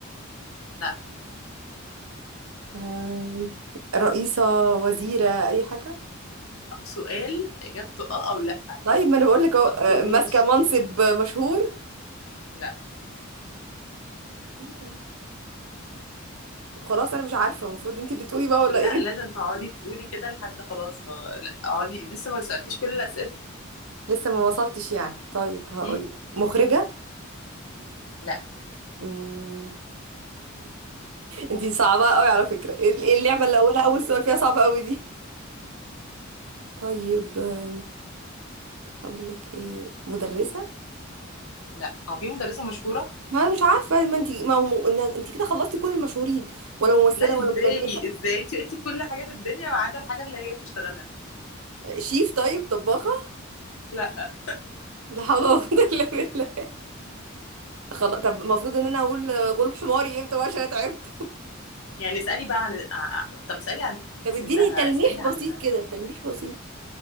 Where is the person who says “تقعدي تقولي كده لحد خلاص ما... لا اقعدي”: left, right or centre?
Left